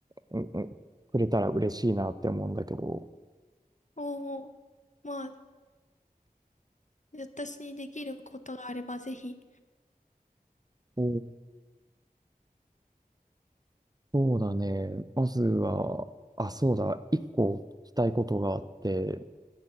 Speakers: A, on the right; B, on the left.
A: うんうんくれたら嬉しいなって思うんだけど。
B: おおまあ、私にできることがあればぜひ。
A: おそうだね。まずは、あ、そうだ、一個聞きたいことがあって、